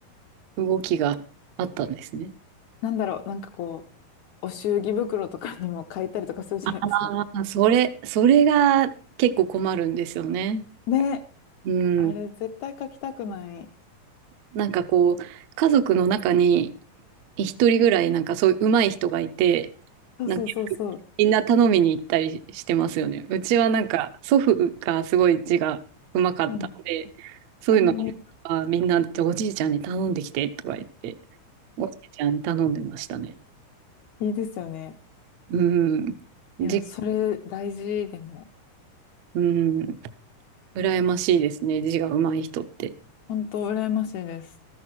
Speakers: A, on the right (about 70°); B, on the left (about 70°).
A: 動きがあったんですね。
B: なんだろう、なんかこう、お祝儀袋とかにも書いたりとかするじゃないですか。
A: ああ、それ、それが結構困るんですよね。
B: で、
A: うん。
B: あれ絶対書きたくない。
A: なんかこう、家族の中に一人ぐらいなんかそういう上手い人がいて、
B: そうそうそうそう。
A: なんかみんな頼みに行ったりしてますよね。うちはなんか祖父がすごい字が上手かったので、
B: うん。
A: そういうのはみんなじおじいちゃんに頼んできてとか言って、
B: ああ、い
A: おじいちゃんに頼んでましたね。
B: い、いいですよね。
A: うん。じ、
B: いや、それ大事でも。
A: うん。羨ましいですね。字が上手い人って。
B: 本当羨ましいです。